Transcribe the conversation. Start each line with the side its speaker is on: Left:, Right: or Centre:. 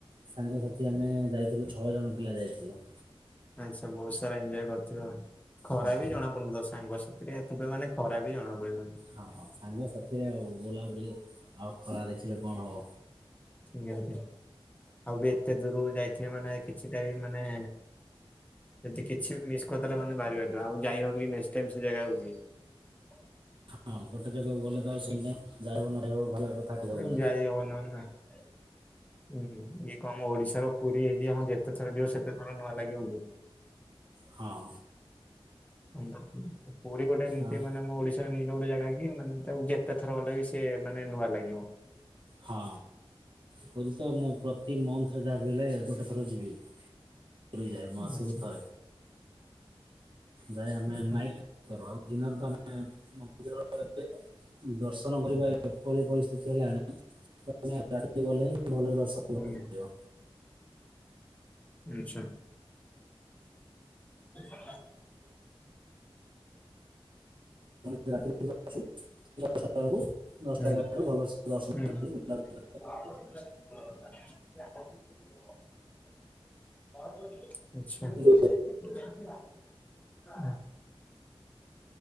Right: ସାଙ୍ଗସାଥି ଆମେ ଯାଇଥିଲୁ ଛଅ ଜଣ ପିଲା ଯାଇଥିଲୁ।
Left: <unintelligible> ବହୁତ ସାରା ଏଞ୍ଜୟ କରିଥିବ ଖରା
Right: ହଁ
Left: ବି ଜଣା ପଡନ ତ ସାଙ୍ଗ ଥିରେ ଥିବେ ମାନେ ଖରା ବି ଜଣା ପଡିବ <inaudible>
Right: ହଁ ହଁ ସାଙ୍ଗ ସାଥିରେ ଆଉ ବୁଲାବୁଲି ଆଉ ଖରା ଦେଖିଲେ କଣ ହବ
Left: ନିହାତି ଆଉ ବି ଏତେ ଦୂରୁକୁ ଯାଇଥିବେ ମାନେ କିଛିଟା ବି ମାନେ ଯଦି କିଛି ବି ମିସ୍ କରିଦେଲ ମାନେ ଭାରି ବାଧିବ ଆଉ ଯାଇ ହବ କି ନେକ୍ସଟ୍ ଟାଇମ୍ ସେଇ ଜାଗାକୁ ବି। ହ
Right: ହଁ ଗୋଟେ ଜାଗାକୁ ଗଲେ ତ <unintelligible> କହିହବନି
Left: ଉଁ ଯାଇ ହବ ନ ହେନ୍ ନାଇଁ। ହୁଁ ହୁଁ ଇଏ କଣ ଆମ ଓଡିଶାର ପୁରୀ ହେଇଚି ହଁ ଯେତେ ଥର ଯିବ ସେତେ ଥର ନୂଆ ଲାଗିବ କି?
Right: ହଁ।
Left: <inaudible> ପୁରୀ ଗୋଟେ ଏମିତି
Right: ଆଉ
Left: ମାନେ ଆମ ଓଡିଶ <unintelligible> ଗୋଟେ ଜାଗା କି ମାନେ ତାକୁ ଯେତେ ଥର ଗଲେ ବି ସେ ମାନେ ନୂଆ ଲାଗିବ।
Right: ହଁ ପୁରୀ ତ ମୁଁ ପ୍ରତି ମନ୍ଥରେ ଯାବି ହେଲେ ଗୋଟେ ଥର ଯିବି। ପୁରୀ ଯାଏ ମାସୁକୁ
Left: ଆଚ୍ଛା
Right: ଥରେ। ଯାଏ ଆମେ
Left: ହୁଁ
Right: ନାଇଟ୍ କର ଆଉ ଦିନରେ ତ ଆମେ ମନ୍ଦିର <unintelligible> ଦର୍ଶନ କରିବା ଏପରି ପରିସ୍ଥିତି ହେଲାଣି ଗଲେ ରାତି ଗଲେ ହିଁ ଭଲରେ ଦର୍ଶନ
Left: ହୁଁ
Right: କରିପାରିବ।
Left: ଆଚ୍ଛା। ଆଉ।
Right: ଆମ ରାତିରେ ଯାଉଛୁ ଦଶଟା ବେଳକୁ ଦଶଟା
Left: ହୁଁ
Right: ଏଗାରଟା ବେଳକୁ ଭଲ ସେ ଦର୍ଶନ
Left: ହୁଁ।
Right: କରିକି ବୁଲାବୁଲି
Left: <inaudible>
Right: କରି
Left: ଆଚ୍ଛା।
Right: କରିକି